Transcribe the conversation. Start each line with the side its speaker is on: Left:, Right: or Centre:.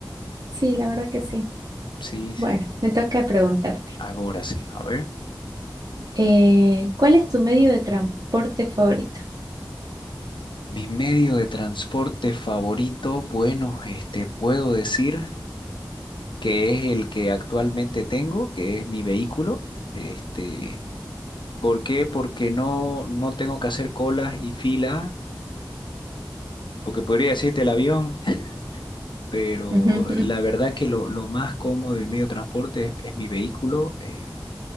Right: Sí, la verdad que sí.
Left: Sí, sí.
Right: Bueno, me toca preguntarte,
Left: Ahora sí, a ver.
Right: eh, ¿cuál es tu medio de transporte favorito?
Left: Mi medio de transporte favorito, bueno, este, puedo decir que es el que actualmente tengo, que es mi vehículo. Este, ¿por qué? Porque no, no tengo que hacer colas y filas, porque podría decirte el avión, <laughs> pero
Right: <laughs> Ujú,
Left: la verdad que lo, lo más cómodo del medio de transporte es, es mi vehículo. eh,